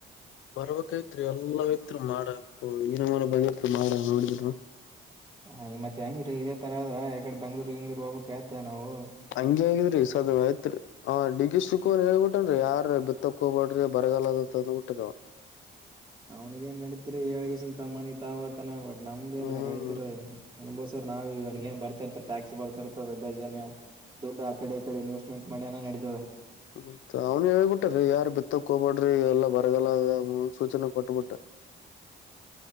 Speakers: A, on the left; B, on the right.
A: ಬರ್ಬೇಕೈತ್ರಿ ಎಲ್ಲ ಐತ್ರಿ ಮಾಡಪ್ಪ ಏನ ಮನ ಬಂದತ್ ಮಾಡ ನೋಡಿದ
B: ಹ್ ಮತ್ತೆ ಹೆಂಗರೀ ಇದೇ ತರ ಅದ್ರ ಯಕಡೆ ಬೆಂಗ್ಳೂರ್ ಹೆಂಗಗಳೂರ್ ಹೋಗ್ಬೇಕಕ್ ಯ್ದ ನಾವು
A: ಹಂಗಗೆ ಆಗಿದ್ರಿ ಸದ ಯತ್ರಿ ಆ ಡಿಿಕ್ ಶಿವಕುಾರ್ ಹೇಳ್ಬಿಟನ್ ಯಾರ ಬಿತ್ತಕ್ಕ ಹೋಗಬಡ್ರಿ ಬರಗಲ್ಲದಂತ ಬಿಟ್ಟ್ರ ಅವ
B: ಅವ್ನಿಗಏನ್ ನಡಿತರಿ ಏಳ್ಗೆಸಂತ ಮನ ತಾವತಾನ ಬಟ್ ನಮ್ದ ಏನ
A: ಹ್ಮ್
B: ರಳತರ ಅನುಬೋ್ ಸರ್ ನಾವವುವ ಏನ್ ಬರ್ತಾರ್ತ ಟ್ಯಾಕ್ಸ್ ಬರ್ತ ಇರ್ತದಜ ದುಡ್ ಆ ಕಡೆ ಈಡೆ ಇನ್ವೆಸ್ಟ್ಮೆಂಟ್ ಮಾಡ ಮಾಡನ ನಡೀತದೆ
A: ಮತ್ತ ಅವ್ನ ಹೇಬಿಟ್ರೀ ಯಾರ್ ಬಿತ್ತಕ್ ಹೋಗಬೇಡ್ರಿ ಎಲ್ಲಾ ಬರಗಲ್ಲದ ಮುನ್ಸೂಚನೆ ಕೊಟ್ಬಿಟ್ಟ <inaudible>